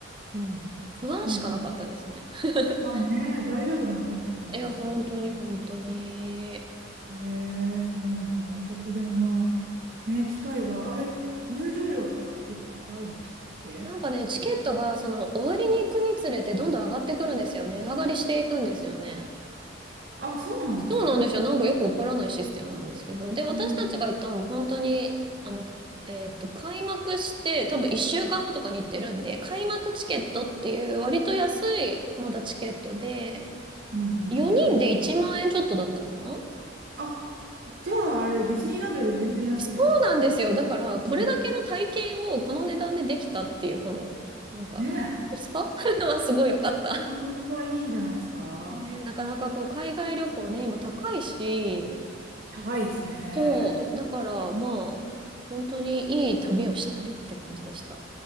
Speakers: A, on the right (about 25°); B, on the right (about 50°).
A: うん、不安しかなかったですね。
B: うん。
A: <laughs>
B: あ、ねえ、大丈夫なのっていう感じでしたもんね。
A: いや、本当に本当に。
B: ねえ、そうなんで万博でもまあ、ね、機会が、あれ、入場料とかって結構高いんでしたっけ
A: なんかね、チケットがその終わりに行くにつれてどんどん上がってくるんですよね。値上がりしていくんですよね。
B: あ、そうなんだ。
A: そうなんですよ。なんかよくわからないシステムなんですけど。で、私たちが行ったのも本当に、
B: うん。
A: あの、えっと、開幕して多分1週間後とかに行ってるんで、開幕チケットっていう割と安いまだチケットで、
B: うんうんうんうん。
A: 4人で1万円ちょっとだったかな
B: あ、じゃああれ、ディズニーランドより全然安いじゃないですか。
A: そうなんですよ。だから、
B: <laughs>
A: これだけの体験をこの値段でできたっていう、この、なんか、
B: ねえ。
A: コスパ <laughs> はすごい良かった。
B: うんここはいいんじゃないですか。
A: ね、なかなかこう、海外旅行ね、今高いし、
B: 高いですね。
A: そう、だからまあ、本当にいい旅をしたねって感じでした。